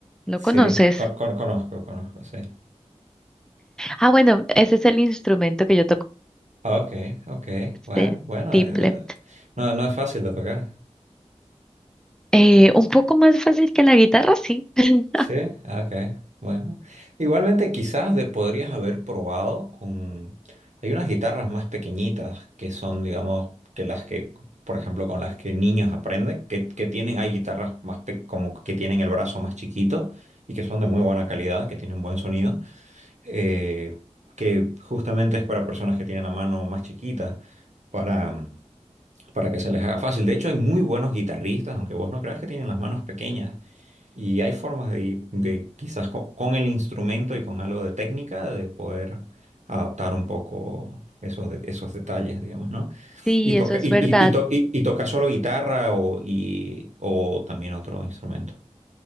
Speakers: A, in the centre; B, on the right (about 80°).
A: ¿Lo
B: sí,
A: conoces?
B: con- con- conozco, conozco, sí.
A: Ah, bueno, ese es el instrumento que yo toco,
B: Ok, ok,
A: este
B: bueno, bueno,
A: tiple.
B: eh, no, no, no es fácil de tocar.
A: Eh, un poco más fácil que la guitarra, sí. <laughs>
B: Sí, ok, bueno. Igualmente quizás de podrías haber probado con... Hay unas guitarras más pequeñitas que son, digamos, que las que, por ejemplo, con las que niños aprenden, que, que tienen, hay guitarras más pe- como que tienen el brazo más chiquito y que son de muy buena calidad, que tienen buen sonido, eh, que justamente es para personas que tienen la mano más chiquita, para para que se les haga fácil. De hecho, hay muy buenos guitarristas, aunque vos no creas que tienen las manos pequeñas. Y hay formas de, de quizás co- con, el instrumento y con algo de técnica, de poder adaptar un poco esos, de- esos detalles, digamos, ¿no?
A: Sí,
B: Y toca,
A: eso es
B: y, y,
A: verdad.
B: y to- y- y toca solo guitarra o, y, o también otro instrumento.